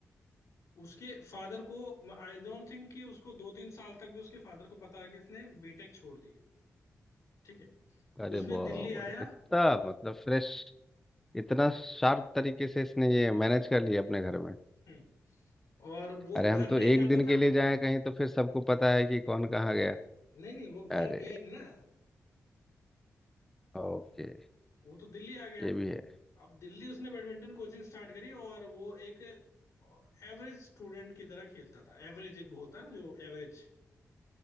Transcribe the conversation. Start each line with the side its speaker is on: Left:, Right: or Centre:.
Left: उसके फादर को आई डोंट थिंक कि उसको दो तीन साल तक भी उसके फादर को पता है कि इसने बीटेक छोड़ दी ठीक है
Centre: अरे
Left: उसने
Centre: बाप
Left: दिल्ली आया
Centre: रे इतना मतलब फ्रेश इतना शार्प तरीके से इसने ये मैनेज कर लिया अपने घर में
Left: हम्म, और वो
Centre: अरे
Left: घर
Centre: हम
Left: नहीं
Centre: तो एक
Left: जाता
Centre: दिन के
Left: था
Centre: लिए जाए कहीं तो फिर सबको पता है कि कौन कहाँ गया
Left: नहीं नहीं वो घर
Centre: अरे
Left: गया ही नहीं ना
Centre: ओके
Left: वो तो दिल्ली आ गया
Centre: ये भी है
Left: अब दिल्ली उसने बैडमिंटन कोचिंग स्टार्ट करी और वो एक एवरेज स्टूडेंट की तरह खेलता था एवरेज एक वो होता है ना जो एवरेज